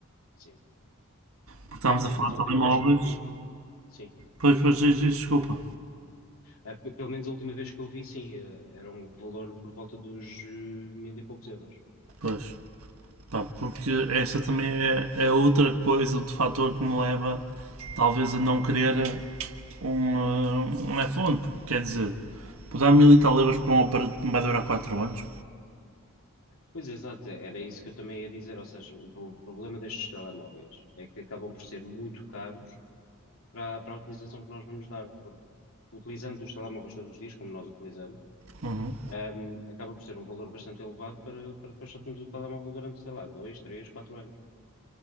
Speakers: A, on the left; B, on the right.
A: sim.
B: Porque estamos a
A: Pelo
B: falar
A: menos
B: de
A: a última
B: telemóveis
A: vez que eu vi, sim.
B: Pois, pois, diz, diz, desculpa.
A: Ah, pe- pelo menos a última vez que eu vi, sim, eh, era um valor por volta dos eh, mil e poucos euros.
B: Pois. Pá, porque essa também é, é outra coisa, outro fator que me leva talvez a não querer um, eh, um iPhone. Porque, quer dizer, vou dar mil e tal euros para um aparelho que me vai durar 4 anos.
A: Pois exato, era isso que eu também ia dizer. Ou seja, o pro- problema destes telemóveis é que acabam por ser muito caros para, para a utilização que nós vamos dar utilizando os telemóveis todos os dias, como nós utilizamos,
B: Uhum.
A: ahm, acaba por ser um valor bastante elevado para, para depois só termos o telemóvel durante, sei lá, dois, três, quatro anos.